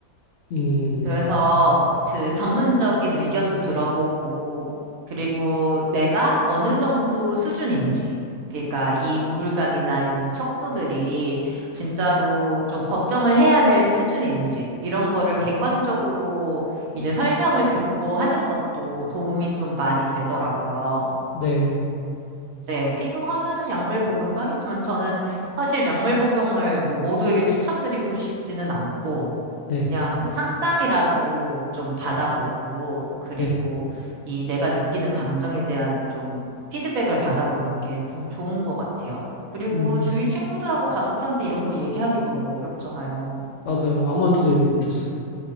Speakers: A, on the left; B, on the right.
A: 음,
B: 그래서 그 전문적인 의견도 들어보고, 그리고 내가 어느 정도 수준인지, 그러니까 이 우울감이나 이런 척도들이 진짜로 좀 걱정을 해야 될 수준인지, 이런 거를 객관적으로 이제 설명을 듣고 하는 것도 도움이 좀 많이 되더라고요.
A: 네,
B: 네, 필요하면은 약물 복용도 하겠지만 저는 사실 약물 복용을 뭐 모두에게 추천드리고 싶지는 않고
A: 네,
B: 그냥 상담이라도 좀 받아보고 그리고
A: 네.
B: 이 내가 느끼는 감정에 대한 좀 피드백을 받아보는 게 좀 좋은 것 같아요. 그리고
A: 음,
B: 주위 친구들하고 가족들한테 이런 거 얘기하기 너무 어렵잖아요.
A: 맞아요. 아무한테도 얘기 못했어요.